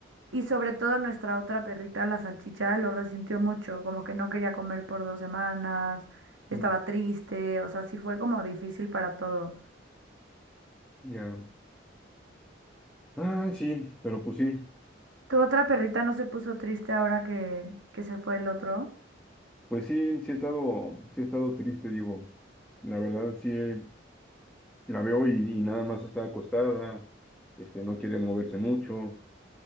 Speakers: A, on the right (about 80°); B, in the centre.
A: Y sobre todo nuestra otra perrita, la salchicha, lo resintió mucho, como que no quería comer por dos semanas, estaba
B: mm,
A: triste, o sea, sí fue como difícil para todos.
B: Ya. Ah, sí, pero pues sí.
A: ¿Tu otra perrita no se puso triste ahora que, que se fue el otro?
B: Pues sí, sí he estado, sí he estado triste, digo. La verdad, sí eh, la veo y, y nada más está acostada. Este, no quiere moverse mucho.